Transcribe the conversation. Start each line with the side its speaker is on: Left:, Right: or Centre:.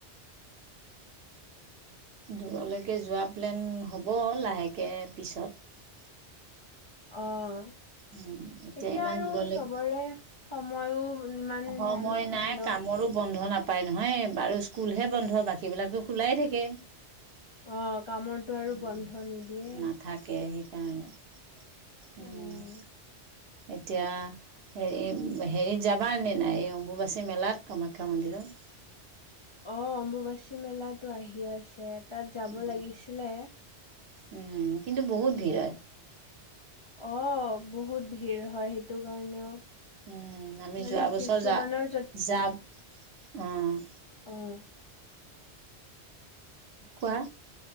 Right: দূৰলৈকে যোৱা প্লেন হ'ব লাহেকে পিছত
Left: অঁ
Right: উম
Left: এতিয়া
Right: ইমান
Left: আৰু
Right: দূৰলৈ
Left: চবৰে সময়ো ইমান
Right: সময়
Left: ধ্যান নহয়
Right: নাই
Left: ন
Right: কামৰো বন্ধ নাপ উপায় নহয় বাৰু স্কুলহে বন্ধ বাকী বিলাকতো খোলাই থাকে
Left: অঁ কামৰ তটো আৰু
Right: উম,
Left: বন্ধ নিদিয়ে
Right: নাথাকে সেইকাৰণে উম',
Left: অ',
Right: এতিয়া হেৰি -হেৰিত যাবা নে নাই এই অম্বুবাচী মেলাত কামাখ্যা মন্দিৰত?
Left: অ', অম্বুবাচী মেলা আহি আছে। তাত যাব
Right: উম
Left: লাগিছিলে।
Right: উম, কিন্তু বহুত ভিৰ হয়।
Left: অ', বহুত ভিৰ হয় সেইটো কাৰণেও
Right: উম ', আমি
Left: মানে
Right: যোৱা বছৰ
Left: কিছুমানৰ
Right: যা', য', উম',
Left: আহ',
Right: কোৱা?